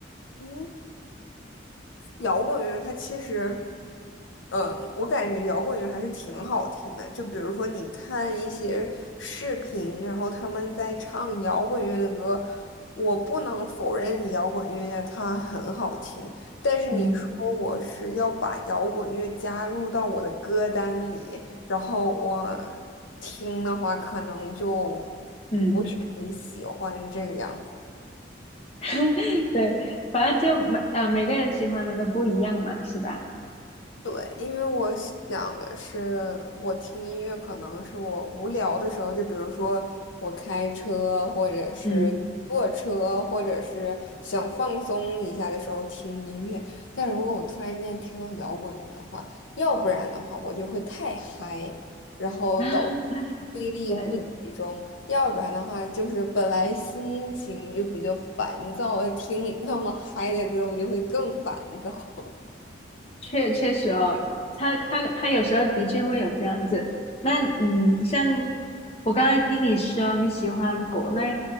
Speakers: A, on the left (about 85°); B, on the left (about 30°).
A: 嗯。摇滚乐它其实，嗯，我感觉摇滚乐还是挺好听的。就比如说你看一些视频，然后他们在唱摇滚乐的歌，我不能否认摇滚乐它很好听，但是你说我是要把摇滚乐加入到我的歌单里，
B: 嗯
A: 然后我听的话，可能就
B: 嗯。
A: 很喜欢这个样。子。
B: <laughs> 对，反正就每呃每个人喜欢的都不一样嘛，是吧？
A: 对，因为我想的是，我听音乐可能是我无聊的时候，就比如说我开车，或者是坐车，
B: 嗯，
A: 或者是想放松一下的时候听音乐。但如果我突然间听到摇滚乐的话，要不然的话我就会太嗨，然后导致
B: <laughs>
A: 注意力不集中；
B: 对，
A: 要不然的话，就是本来心情就比较烦躁，听那么嗨的歌，我就会更烦躁。
B: 确确实哦，他他他有时候的确会有这样子。那嗯，像我刚才听你说你喜欢国内